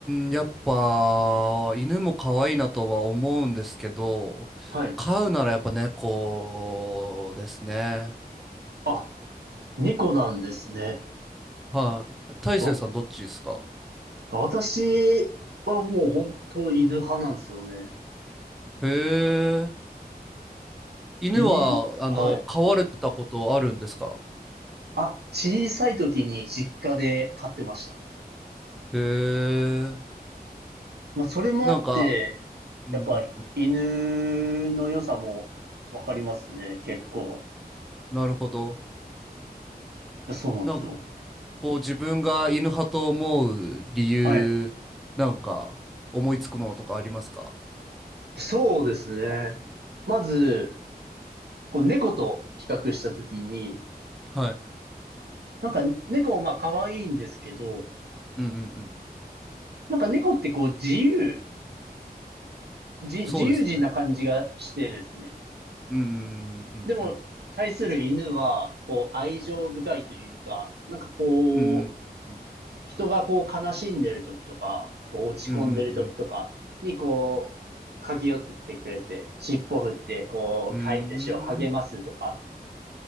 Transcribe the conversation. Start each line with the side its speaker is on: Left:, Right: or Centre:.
Centre: ん、やっぱ、犬も可愛いなとは思うんですけど、
Right: はい。
Centre: 飼うならやっぱ猫ですね。
Right: あ、猫なんですね。
Centre: はい。大成さんどっちですか
Right: お、私はもう本当犬派なんですよね。
Centre: へえ。犬は、
Right: いい、
Centre: あの、
Right: はい。
Centre: 飼われてたことあるんですか
Right: あ、小さい時に実家で飼ってました。
Centre: へえ。
Right: まあ、それもあって、
Centre: なんか、うんうん、
Right: やっぱ犬の良さもわかりますね、結構。
Centre: なるほど。
Right: そうなんですよ。
Centre: なんか、こう自分が犬派と思う理由、
Right: はい。
Centre: なんか、思いつくものとかありますか
Right: そうですね。まず、こう猫と比較した時に、
Centre: はい。
Right: なんか猫もまあ可愛いんですけど、
Centre: うんうんうん。
Right: なんか猫ってこう自由、自、
Centre: そうですね。
Right: 自由人な感じがしてですね。
Centre: うんうんうんうん
Right: でも、対する犬は、こう愛情深いというか、なんかこう、
Centre: うんうん
Right: 人がこう悲しんでる時とか、こう落ち込んでる時とかにこう、
Centre: うんうん
Right: 駆け寄ってきてくれて、尻尾振って、こう、
Centre: うんうんうーん。
Right: 飼い主を励ますとか、